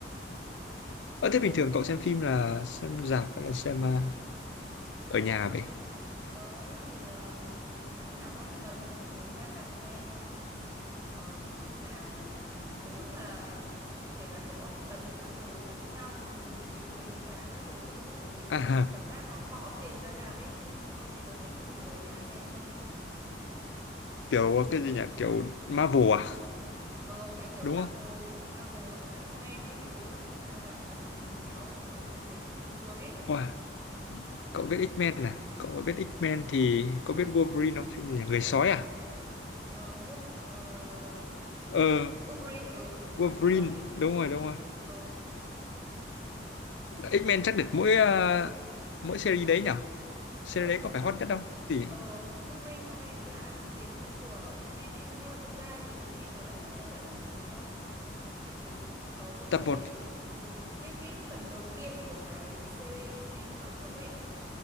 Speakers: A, on the left; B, on the right.
A: Ờ, thế bình thường cậu xem phim là xem rạp hay là xem à, ở nhà vậy?
B: Tớ thì um, phim nào bom tấn thì tớ mới ra rạp xem. Còn phim nào mà nói chung là ừ, phải là kiểu bom tấn xong rồi bắn nhau bùm chiếu hoành tráng các thứ thì tớ mới
A: À,
B: kiểu
A: ha,
B: cảm giác nó bỏ tiền ra rạp ấy. Còn không thì tớ thích ngồi ở nhà xem hơn kiểu thoải mái hơn mà.
A: kiểu cái gì nhỉ? Kiểu Marvel à?
B: Ờ phải kiểu
A: Đúng
B: Marvel,
A: không?
B: Marvel hoặc là X-Men các thứ ra rạp bắn bùm chéo các thứ xem nó mới sướng ấy.
A: Wow, cậu biết X-Men à? Cậu biết X-Men thì có biết Wolverine không? Phim gì nhỉ? Người sói à?
B: Ờ Wolf ờ,
A: Ờ,
B: Wolverine ừ đúng rồi
A: Wolverine,
B: tớ có biết,
A: đúng
B: tớ có
A: rồi,
B: biết.
A: đúng rồi.
B: Ờ
A: X-Men chắc được mỗi à, mỗi series đấy nhỉ? Series
B: Cậu
A: đấy
B: thích
A: có phải hot nhất không? Thì
B: ờ Wolverine có vẻ như là ăn tiền nhất của X-Men ấy, nhưng mà thật ra thì X-Men tớ lại thích nhất là tập một cơ. Vì có một
A: tập
B: cái
A: một
B: ừ, cái cái phần đầu tiên của cái series X-Men nói chung ấy